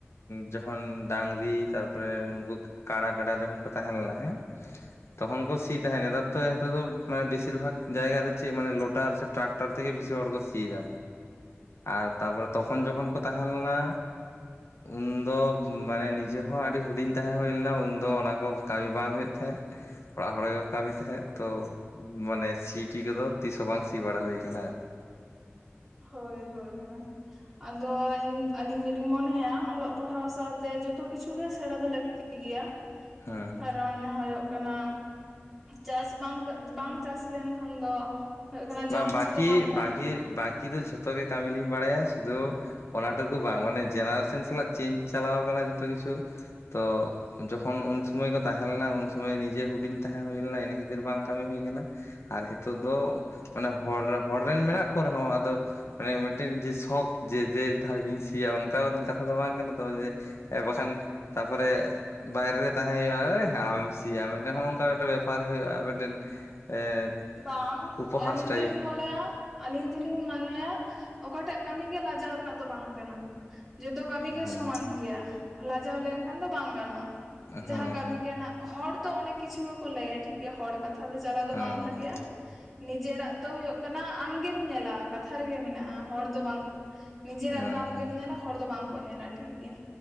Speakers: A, on the left; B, in the centre.
A: ᱡᱚᱠᱷᱚᱱ ᱰᱟᱝᱨᱤ ᱛᱟᱨᱯᱚᱨᱮ ᱩᱱᱠᱩ ᱠᱟᱲᱟ ᱵᱷᱮᱰᱟ ᱡᱚᱠᱷᱚᱱ ᱠᱚ ᱛᱟᱦᱮᱸ ᱞᱮᱱᱟ ᱦᱮᱸ ᱛᱠᱷᱚᱱ ᱠᱚ ᱥᱤ ᱛᱟᱦᱮᱱ ᱱᱮᱛᱟᱨ ᱛᱚ ᱱᱤᱛᱳᱜ ᱫᱚ ᱢᱟᱱᱮ ᱵᱮᱥᱤᱨ ᱵᱷᱟᱜᱽ ᱡᱟᱭᱜᱟ ᱪᱮᱜ ᱢᱟᱱᱮ ᱞᱚᱴ ᱴᱟᱨ ᱥᱮ ᱴᱨᱟᱠᱴᱟᱨ ᱛᱮ ᱜᱮ ᱵᱤᱥᱤ ᱦᱚᱲ ᱠᱚ ᱥᱤᱭ ᱮᱫᱟ᱾ ᱟᱨ ᱛᱟᱯᱚᱨᱮ ᱛᱚᱠᱷᱚᱱ ᱡᱚᱠᱷᱚᱱ ᱠᱚ ᱛᱟᱦᱮᱸ ᱞᱮᱱᱟ ᱩᱱᱫᱚ ᱢᱟᱱᱮ ᱱᱤᱡᱮ ᱦᱚᱸ ᱟᱹᱰᱤ ᱦᱩᱰᱤᱧ ᱛᱟᱦᱮᱸ ᱦᱩᱭ ᱞᱮᱱᱟ ᱩᱱᱫᱚ ᱚᱱᱟ ᱠᱚ ᱠᱟᱹᱢᱤ ᱵᱟᱝ ᱦᱩᱭᱩᱜ ᱛᱟᱦᱮᱸᱫ ᱚᱲᱟᱜ ᱦᱚᱲ ᱜᱮᱠᱚ ᱠᱟᱹᱢᱤ ᱛᱟᱦᱮᱸᱫ ᱛᱚ, ᱢᱟᱱᱮ ᱥᱤ ᱴᱤ ᱠᱚᱫᱚ ᱛᱤᱥᱦᱚᱸ ᱵᱟᱝ ᱥᱤ ᱵᱟᱲᱟ ᱦᱩᱭ ᱠᱟᱱᱟ ᱟᱨᱠᱤ᱾
B: ᱦᱳᱭ ᱦᱳᱭ ᱦᱳᱭ᱾ ᱟᱫᱚ ᱟᱞᱤᱧ ᱫᱚᱞᱤᱧ ᱢᱚᱱᱮᱭᱟ ᱚᱞᱚᱜ ᱯᱟᱲᱦᱟᱣ ᱥᱟᱶᱛᱮ ᱡᱚᱛᱚ ᱠᱤᱪᱷᱩ ᱜᱮ ᱥᱮᱬᱟ ᱫᱚ ᱞᱟᱹᱠᱛᱤ᱾ ᱜᱮᱭᱟ
A: ᱦᱮᱸ
B: ᱾ᱠᱟᱨᱚᱱ ᱢᱟᱱᱮ ᱦᱳᱭᱳᱜ ᱠᱟᱱᱟ, ᱪᱟᱥ ᱵᱟᱝ ᱠᱟ ᱵᱟᱝ ᱪᱟᱥ ᱞᱮᱱᱠᱷᱟᱱ ᱫᱚ ᱦᱩᱭᱩᱜ ᱠᱟᱱᱟ
A: ᱵᱟᱝ
B: ᱡᱚᱢ
A: ᱵᱟᱠᱤ,
B: ᱦᱚᱸᱛᱚ ᱵᱟᱢ ᱧᱟᱢ
A: ᱵᱟᱠᱤ, ᱵᱟᱠᱤ ᱫᱚ ᱡᱷᱚᱛᱚ ᱜᱮ ᱠᱟᱹᱢᱤ ᱫᱩᱧ ᱵᱟᱲᱟᱭᱟ, ᱥᱩᱫᱷᱩ ᱚᱱᱟ ᱴᱩᱠᱩ ᱵᱟᱝ ᱢᱟᱱᱮ ᱡᱮᱱᱟᱨᱮᱥᱮᱱ ᱥᱟᱞᱟᱜ ᱪᱮᱧᱡᱽ ᱪᱟᱞᱟᱣ ᱠᱟᱱᱟ ᱡᱷᱚᱛᱚ ᱠᱤᱪᱷᱩ ᱛᱚ᱾ ᱡᱚᱠᱷᱚᱱ ᱩᱱ ᱥᱩᱢᱚᱭ ᱠᱚ ᱛᱟᱦᱮᱸᱞᱮᱱᱟ ᱩᱱ ᱥᱩᱢᱚᱭ ᱱᱤᱡᱮ ᱦᱩᱰᱤᱧ ᱛᱟᱦᱮᱸ ᱦᱩᱭ ᱞᱮᱱᱟ ᱤᱱᱟᱹ ᱠᱷᱟᱹᱛᱤᱨ ᱵᱟᱝ ᱠᱟᱹᱢᱤ ᱦᱩᱭ ᱟᱠᱟᱱᱟ᱾ ᱟᱨ ᱱᱤᱛᱚᱜ ᱫᱚ ᱢᱟᱱᱮ ᱦᱚᱲ ᱦᱚᱲ ᱨᱮᱱ ᱢᱮᱱᱟᱜ ᱠᱚ ᱨᱮᱦᱚᱸ ᱟᱫᱚ ᱢᱟᱱᱮ ᱢᱤᱫᱴᱮᱱ ᱡᱮ ᱥᱚᱠ ᱡᱮ ᱫᱚ ᱛᱟᱦᱞᱮ ᱥᱤᱭᱟ ᱚᱱᱠᱟ ᱠᱟᱛᱷᱟ ᱫᱚ ᱵᱟᱝ ᱠᱟᱱᱟ ᱛᱚ ᱡᱮ᱾ ᱮ ᱵᱟᱠᱷᱟᱱ, ᱛᱟᱯᱚᱨᱮ ᱵᱟᱭᱨᱮ ᱨᱮ ᱛᱟᱦᱮᱸ ᱦᱩᱭᱩᱜᱼᱟ ᱳᱭ ᱟᱢ ᱮᱢ ᱥᱤᱭᱟ ᱢᱤᱫᱴᱮᱱ ᱱᱚᱜᱼᱚ ᱱᱚᱝᱠᱟ ᱢᱤᱫᱴᱟᱝ ᱵᱮᱯᱟᱨ ᱦᱩᱭᱩᱜᱼᱟ ᱢᱤᱫᱴᱮᱱ ᱮ
B: ᱵᱟᱝ
A: ᱩᱯᱚᱦᱟᱥ
B: ᱟᱹᱞᱤᱧ
A: ᱴᱟᱭᱤᱯ
B: ᱫᱚᱞᱤᱧ ᱢᱚᱱᱮᱭᱟ, ᱟᱹᱞᱤᱧ ᱫᱚᱞᱤᱧ ᱢᱚᱱᱮᱭᱟ, ᱚᱠᱟᱴᱟᱜ ᱠᱟᱹᱢᱤ ᱜᱮ ᱞᱟᱡᱟᱣ ᱨᱮᱱᱟᱜ ᱫᱚ ᱵᱟᱝ ᱠᱟᱱᱟ᱾ ᱡᱚᱛᱚ ᱠᱟᱹᱢᱤ ᱜᱮ
A: ᱦᱮᱸ
B: ᱥᱚᱢᱟᱱ ᱜᱮᱭᱟ, ᱞᱟᱡᱟᱣ ᱞᱮᱱᱠᱷᱟᱱ ᱫᱚ ᱵᱟᱝ ᱜᱟᱱᱚᱜ-ᱟ᱾ ᱡᱟᱸᱦᱟᱸ
A: ᱦᱮᱸ
B: ᱠᱟᱹᱢᱤ ᱠᱟᱱᱟ ᱦᱚᱲ ᱛᱚ ᱚᱱᱮᱠ ᱠᱤᱪᱷᱩ ᱜᱮᱠᱚ ᱞᱟᱹᱭᱟ ᱴᱷᱤᱠ ᱜᱮᱭᱟ ᱦᱚᱲ ᱠᱟᱛᱷᱟ ᱫᱚ ᱪᱟᱞᱟᱣ ᱫᱚ
A: ᱦᱮᱸ
B: ᱵᱟᱝ <inaudible> ᱱᱤᱡᱮᱨᱟᱜ ᱫᱚ ᱦᱩᱭᱩᱜ ᱠᱟᱱᱟ ᱟᱢᱜᱮᱢ ᱧᱮᱞᱟ ᱠᱟᱛᱷᱟ ᱨᱮᱜᱮ ᱢᱮᱱᱟᱜ-ᱟ, ᱦᱚᱲ ᱫᱚ ᱵᱟᱝ ᱠᱚ ᱱᱤᱡᱮᱨᱟᱜ
A: ᱦᱮᱸ ᱦᱮᱸ
B: ᱫᱚ ᱟᱢᱜᱮᱢ ᱧᱮᱞᱟ ᱦᱚᱲ ᱫᱚ ᱵᱟᱝ ᱠᱚ ᱧᱮᱞᱟ ᱴᱷᱤᱠ ᱜᱮᱭᱟ᱾